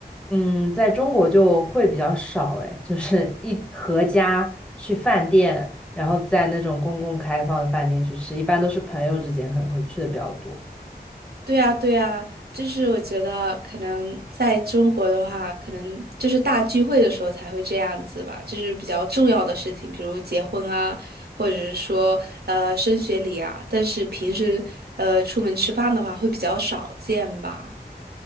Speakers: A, in the centre; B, on the right.
A: 嗯在中国就会比较少哎，就是一合家去饭店，然后在那种公共开放的饭店去吃，一般都是朋友之间可能会去的比较多。
B: 对啊，对啊，就是我觉得可能在中国的话，可能就是大聚会的时候才会这样子吧，就是比较重要的事情，比如结婚啊，或者是说呃升学礼啊。但是平时呃出门吃饭的话，会比较少见吧。